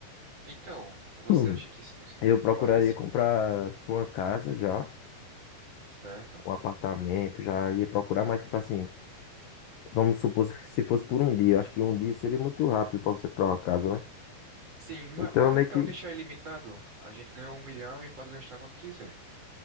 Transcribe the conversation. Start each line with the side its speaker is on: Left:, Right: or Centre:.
Right: Então, você
Left: Hum.
Right: acha que. se- se-
Left: Eu procuraria
Right: Bora sim,
Left: comprar, tipo, uma casa já,
Right: certo?
Left: um apartamento, já ia procurar, mas, tipo assim, vamos supor se se fosse por um dia. Eu acho que um dia seria muito rápido pra você comprar uma casa, né?
Right: Sim, ma-
Left: Então,
Right: bora
Left: meio
Right: então
Left: que,
Right: deixar ilimitado. A gente ganhou um milhão e pode gastar quando quiser,